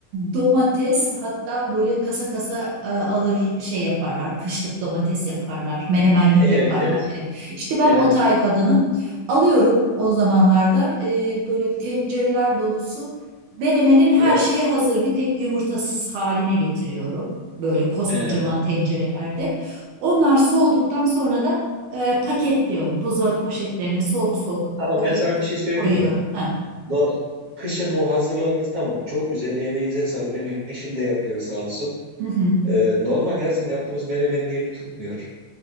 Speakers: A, on the right; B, on the right.
A: Domates hatta böyle kasa kasa e, alır şey yaparlar. Kışlık domates yaparlar. Menemenlik
B: Evet,
A: yaparlar
B: evet.
A: ev. İşte ben
B: Evet.
A: o tayfadanım. Alıyorum o zamanlarda e, böyle tencereler dolusu menemenin
B: E,
A: her şeyi hazır bir tek yumurtasız haline getiriyorum. Böyle koskocaman
B: Evet.
A: tencerelerde. Onlar soğuduktan sonra da e, paketliyorum. Buzdolabı poşetlerine soğuk soğuk
B: Ama
A: paket
B: ben sana bir şey söyleyeyim
A: koyuyorum.
B: mi?
A: Ha.
B: No- Kışın o hazırladığınız tamam çok güzel emeğinize sağlık. Benim eşim de yapıyor sağ olsun.
A: Hı hı.
B: E, normal yazın yaptığımız menemenin yerini tutmuyor.